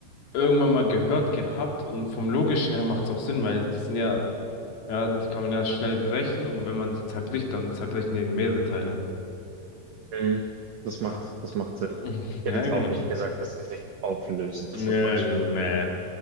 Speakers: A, on the left; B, on the right.
A: irgendwann mal gehört gehabt und vom Logischen her macht es auch Sinn, weil die sind ja, ja, die kann man ja schnell brechen und wenn man die zerbricht, dann zerbrechen die in mehrere Teile.
B: Hm, das macht,
A: Ah.
B: das macht Sinn.
A: Mhm,
B: Ich
A: Ja,
B: hätte jetzt
A: genau.
B: auch nicht gesagt, dass sie sich auflösen,
A: Ja,
B: zum Beispiel.
A: genau. Nee.